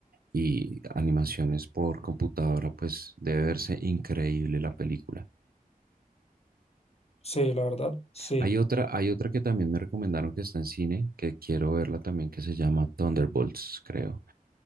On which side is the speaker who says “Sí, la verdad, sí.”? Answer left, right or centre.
Left